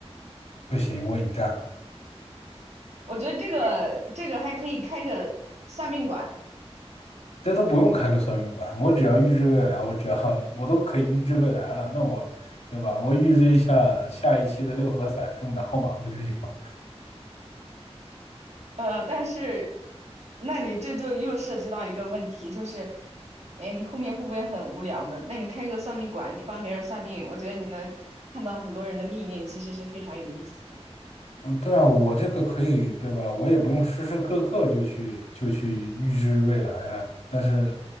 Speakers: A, on the left; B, on the right.
A: 不行，我已经占了，
B: 我觉得这个这个还可以开个算命馆。
A: 这都不用开个算命馆，我只要预知未来，我只要我都可以预知未来了，那我对吧？我预知一下下一期的六合彩中奖号码不就行了？
B: 呃，但是，那你这就又涉及到一个问题，就是，哎，你后面会不会很无聊呢？那你开个算命馆，你帮别人算命，我觉得你能看到很多人的命运，其实是非常有意思的。
A: 嗯，对啊，我这个可以，对吧？我也不用时时刻刻就去就去预知未来啊，但是